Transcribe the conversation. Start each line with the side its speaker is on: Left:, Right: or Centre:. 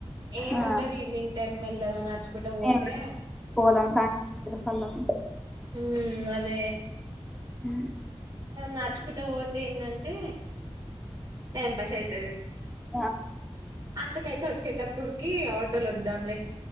Right: ఏముంటది
Centre: ఆ
Right: ఈవినింగ్ టైం మెల్లగా నడుచుకుంటూ పోతే
Centre: ఏం పోదాం సాయంత్రం సల్లగా ఉంటది
Right: ఉ అదే
Centre: హ్
Right: నడుచుకుంటా పోతే ఏందంటే టైం పాస్ అయితది
Centre: ఆ
Right: అంతకైత వ వచ్చేటప్పటికి ఆటోలో వద్దాంలే